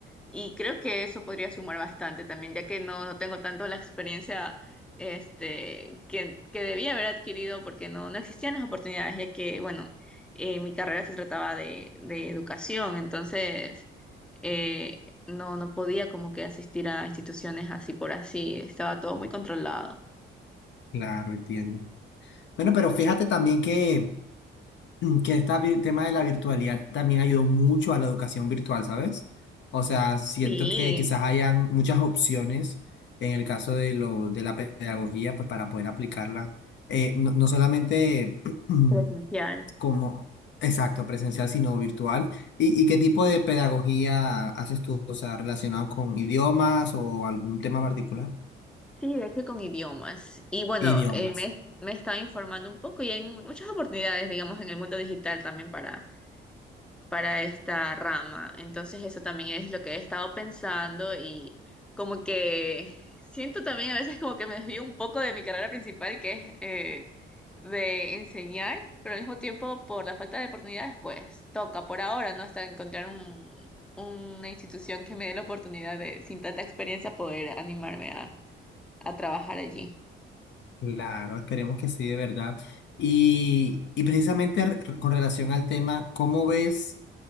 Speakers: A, in the centre; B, on the left.
A: y creo que eso podría sumar bastante también, ya que no, no tengo tanto la experiencia este, que, que debía haber adquirido porque no, no existían las oportunidades, ya que, bueno, eh, mi carrera se trataba de, de educación, entonces... eh, no, no podía como que asistir a instituciones así por así, estaba todo muy controlado.
B: Claro, entiendo. Bueno, pero
A: Sí,
B: fíjate también que, que este tema de la virtualidad también ayudó mucho a la educación virtual, ¿sabes? O sea, siento
A: sí,
B: que quizás hayan muchas opciones en el caso de, lo, de la pedagogía, pues para poder aplicarla, eh, no, no solamente <clears throat>
A: presencial.
B: como, exacto, presencial, sino virtual. ¿Y, y qué tipo de pedagogía haces tú? O sea, relacionado con idiomas o algún tema particular?
A: Sí, de hecho con idiomas. Y bueno,
B: Idiomas.
A: eh, me, me estaba informando un poco y hay mu- muchas oportunidades, digamos, en el mundo digital también para, para esta rama. Entonces eso también es lo que he estado pensando y como que siento también a veces como que me desvío un poco de mi carrera principal, que es... eh, de enseñar, pero al mismo tiempo por la falta de oportunidades, pues toca por ahora, ¿no? Hasta encontrar un, una institución que me dé la oportunidad de, sin tanta experiencia, poder animarme a, a trabajar allí.
B: Claro, esperemos que sí, de verdad. Y, y precisamente re- con relación al tema, ¿cómo ves